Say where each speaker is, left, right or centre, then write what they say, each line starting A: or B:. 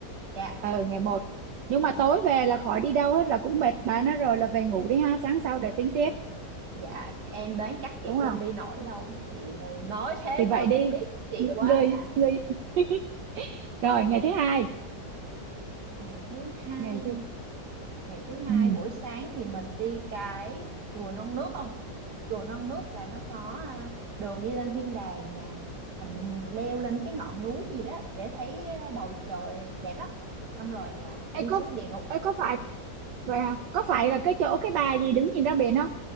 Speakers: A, on the right; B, on the right.
A: Dạ,
B: ờ ngày một nhưng mà tối về là khỏi đi đâu hết là cũng mệt bà nó rồi là về ngủ đi ha sáng sau để tính tiếp
A: dạ em đoán chắc chị
B: đúng
A: cũng
B: không
A: không đi nổi đâu. Chị ờ, nói thế
B: thì
A: thôi
B: vậy đi
A: em biết chị quá
B: người
A: mà.
B: người <laughs> rồi ngày thứ hai
A: Ngày thứ hai
B: ngày thứ
A: ngày thứ hai
B: ừ.
A: buổi sáng thì mình đi cái chùa Non Nước không chùa Non Nước là nó có à, đường đi lên thiên đàng nè là mình leo lên cái ngọn núi gì đó để thấy à, bầu trời đẹp lắm xong rồi à,
B: Ê,
A: đi
B: có
A: xuống địa ngục
B: ê, có phải vậy hả có phải là cái chỗ cái bà gì đứng nhìn ra biển không